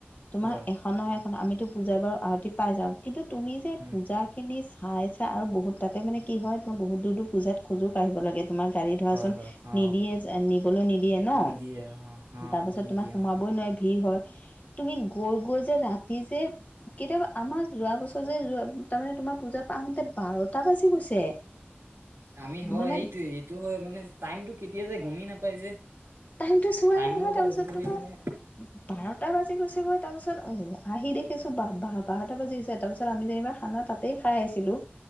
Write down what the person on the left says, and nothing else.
তোমাৰ
এখন নহয়, এখন আমিতো পূজাৰ বাৰু আৰতি পাই যাওঁ। কিন্তু তুমি যে
পূজাখিনি চাই আৰু বহুত তাতে মানে কি হয়, তো বহু দৰ দূৰ পূজাত খোজোঁ কঢ়িব লাগে। তোমাৰ গাড়ী ধৰাচোন
নিদিয়ে নিবলৈ নিদিয়ে ন।
তাৰ পাছত
তোমাৰ সোমাবই
নোৱাৰি ভিৰ হয়। তুমি গৈ গৈ যে ৰাতি যে কেতিয়াবা আমাৰ যোৱা বছৰ যে যোৱা তাৰমানে তোমাৰ পূজা পা আহোতে বাৰত টা বাজি গৈছে।
মানে,
টাইমটো চোৱাই
নহয়
তাৰপিছত
তোমাৰ
বাৰটা বাজি গৈছে গৈ, তাৰপিছত আহ আহি দেখিছো বাৰটা বাজি গৈছে তাৰপিছত আমি আমি যেনিবা খানা তাতেই খাই আহিছিলো।